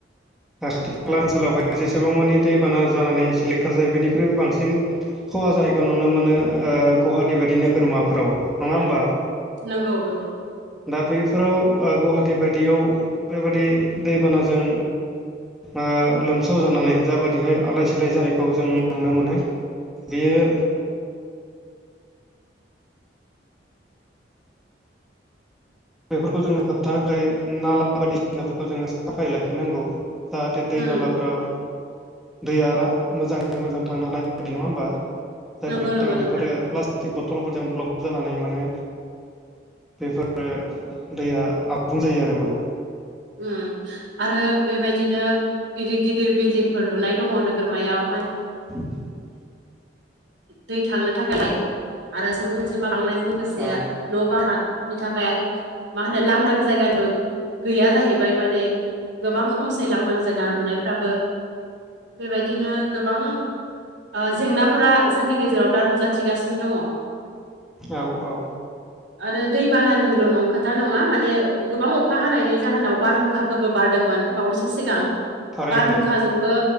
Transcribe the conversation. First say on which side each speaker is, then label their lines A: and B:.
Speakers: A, in the centre; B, on the right.
A: खाथि खाला ओनसोलावहाय जेसेबां मानि दैबाना जानानै सिलिंखार जायो बेनिख्रुइबो बांसिन खहा जानायखौ नुनो मोनो ओ गुवाहाटी बायदि नोगोरमाफ्राव नङा होमबा।
B: नंगौ - नंगौ।
A: दा बैफोराव ओ गुवाहाटि बायदियाव बेबादि दैबानाजों ओ लोमसाव जानानै जाबादिहाय आलाय सिलाय जानायखौ जों नुनो मोनो। बेयो बेफोरखौ जोङो होबथानो थाखाय नाला बायदिसिनाफोरखौ जोङो साफाय लाखिनांगौ। जाहाथे दै
B: उम
A: नालाफोराव दैया रां मोजाङै मोजां थांनो हानाय बेबादि नङा होमबा जायफोरनि
B: नंगौ नंगौ
A: थाखाय
B: नोंथां
A: बेफोरो प्लास थिग बथलफोरजों ब्लक जानानै माने बेफोरो दैया आबुं जायो आरो माने
B: ओम आरो बेबायदिनो गिदिर-गिदिर बिल्डिंफोर लुनाय दङ नोगोरमायाव।
A: <inaudible>
B: दै थांनो थाखाय आरो सुबुं अनजिमा बांनायजों लोगोसे
A: औ
B: न' बां था बिथाखा मा होनो लांदां जायगानिबो गैया जाहैबाय माने गोबां खमसै लांदां जायगा नुनायफ्राबो बेबायदिनो गोबां ओ जेंना फोरा जोंनि गेजेराव दा नुजाथिगासिनो दङ।
A: औ-औ।
B: आरो दै बानानिल' नं खोथा नङा माने गोबां अखा हानायनि जाहोनाव बारहुंखा फोरबो बारदोंमोन बावैसो सिगां
A: थारैनो
B: बारहुंखाजोंबो